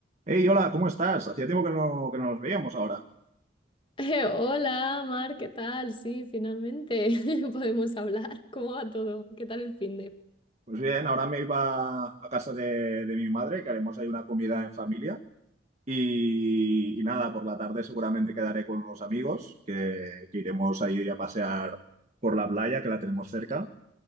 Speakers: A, on the right; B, on the left.
A: Hey, hola, ¿cómo estás? Hacía tiempo que no, que no nos veíamos ahora.
B: <laughs> Eh, Hola, Mar, ¿qué tal? Sí, finalmente <laughs> podemos hablar. ¿Cómo va todo? ¿Qué tal el fin de?
A: Pues bien, ahora me iba a casa de, de mi madre, que haremos ahí una comida en familia. Y, y nada, por la tarde seguramente quedaré con unos amigos que, que iremos ahí a pasear por la playa, que la tenemos cerca.